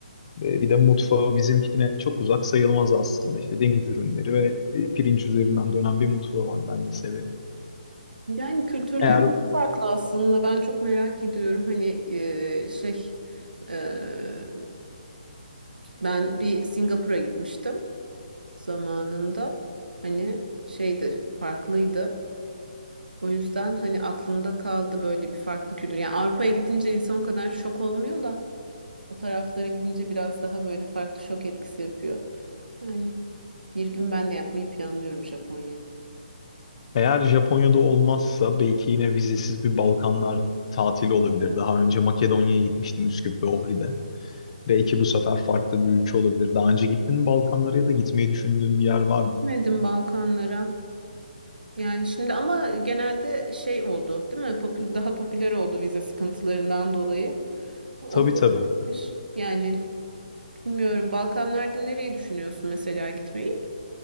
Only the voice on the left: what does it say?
E, bir de mutfağı bizimkine çok uzak sayılmaz aslında. İşte deniz ürünleri ve e, pirinç üzerinden dönen bir mutfağı var. Ben de severim.
Eğer hı,
eğer Japonya'da olmazsa belki yine vizesiz bir Balkanlar tatili olabilir. Daha önce Makedonya'ya gitmiştim Üsküp ve Ohri'de. Belki bu sefer farklı bir ülke olabilir. Daha önce gittin mi Balkanlara ya da gitmeyi düşündüğün bir yer var mı?
Tabii
tabii.